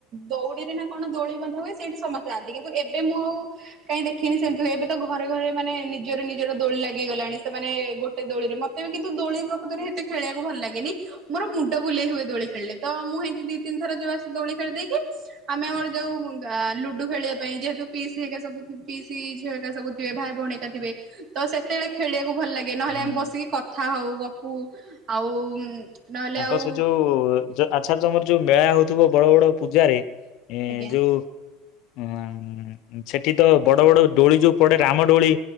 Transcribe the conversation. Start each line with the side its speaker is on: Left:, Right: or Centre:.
Right: ଦଉଡିରେ ନା କଣ ଦୋଳି ବନ୍ଧା ହୁଏ ସେଇଠି ସମସ୍ତେ ଯାଆନ୍ତି କିନ୍ତୁ ଏବେ ମୁଁ ଆଉ କାହିଁ ଦେଖିନି ସେମିତି ହୁଏ ଏବେ ତ ଘରେ ଘରେ ମାନେ ନିଜର ନିଜର ଦୋଳି ଲାଗିଗଲାଣି ସେମାନେ ଗୋଟେ ଦୋଳିରେ ମତେ ବି କିନ୍ତୁ ଦୋଳି ପ୍ରକୃତରେ ସେତେ ଖେଳିବାକୁ ଭଲ ଲାଗେନି ମୋର ମୁଣ୍ଡ ବୁଲେଇ ହୁଏ ଦୋଳି ଖେଳିଲେ ତ ମୁଁ ଦି ତିନି ଥର ଯୋଉ ଆସେ ଦୋଳି ଖେଳି ଦେଇକି ଆମେ ଆମର ଯୋଉ ଲୁଡୁ ଖେଳିବା ପାଇଁ ଯେହେତୁ ପିଇସି ହେଇକା ସବୁ ଥିବେ ପିଇସି ଝିଅ ହେଇକା ସବୁ ଥିବେ ଭାଇ ଭଉଣୀ ହେକା ଥିବେ। ତ ସେତେବେଳେ ଖେଳିବାକୁ ଭଲ ଲାଗେ ନହେଲେ
Left: ହୁଁ,
Right: ଆମେ ବସିକି କଥା ହଉ ଗପୁ ଆଉ ନହେଲେ
Left: ତାଙ୍କ
Right: ଆଉ
Left: ସେ ଯୋଉ ଆଚ୍ଛା ତମର ଯୋଉ ମେଳା ହଉଥିବ ବଡ ବଡ ପୂଜାରେ ଏ
Right: ଆଜ୍ଞା।
Left: ଯୋଉ ହଁ ସେଠି ତ ବଡ ବଡ ଡୋଳି ଯୋଉ ପଡେ ରାମ ଡୋଳି